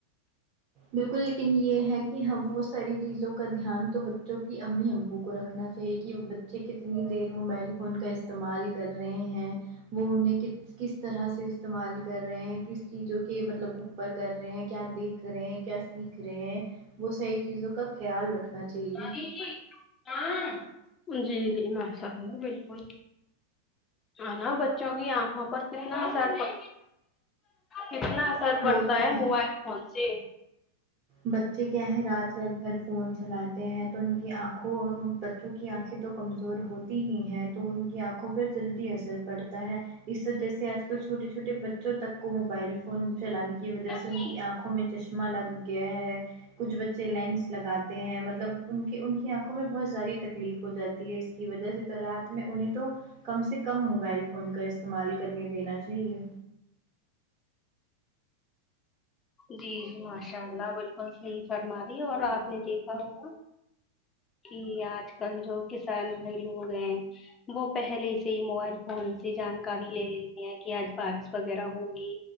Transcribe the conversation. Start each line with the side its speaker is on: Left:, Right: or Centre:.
Right: بالکل لیکن یہ ہے کہ ہم وہ ساری چیزوں کا دھیان تو بچوں کی امی ابو کو رکھنا چا ہیے کہ بچے کتنی دیر موبائل فون کا استعمال کر رہے ہیں وہ انہیں ک س طرح سے استعمال کر رہے ہیں کس چیزوں کے مطلب اوپر کر رہے ہیں کیا دیکھ رہے ہیں کیا سیکھ رہے ہیں وہ صحیح چیزوں کا خیال رکھنا چاہیے
Left: جی جی ہاں جی جی ماشاء اللہ بالکل ہاں نا بچوں کی آنکھوں پر کتنا اثر پڑ کتنا اثر پڑتا
Right: وہ تو
Left: ہے موبائل فون سے
Right: بچے کیا ہے رات رات بھر فون چلاتے ہیں تو ان کی آنکھوں اور کیونکہ آنکھیں تو کمزور ہوتی ہی ہیں تو ان کی آنکھوں پر جلدی اثر پڑتا ہے اس وجہ سے آج کل چھوٹے چھوٹے بچوں تک کو موبائل فون چلانے کی وجہ سے ان
Left: جی
Right: کی آنکھوں میں چش مہ لگ گیا ہے کچھ بچے لینس لگاتے ہیں مطلب ان کے ان کی آنکھوں میں بہت زاری تکلیف ہو جات اس کی وجہ سے تو رات میں انہیں تو کم سے کم موبائل فون کا استعمال کرنے دینا چاہیے
Left: جی جی ماشاء اللہ بالکل صحیح فرما رہی اور آپ نے دیکھا ہوگا کہ آج کل جو کسان بھائی لوگ ہیں وہ پہلے سے ہی موبائل فون سے جانکاری لے لیتے ہیں کہ آج بارش وغیرہ ہوگی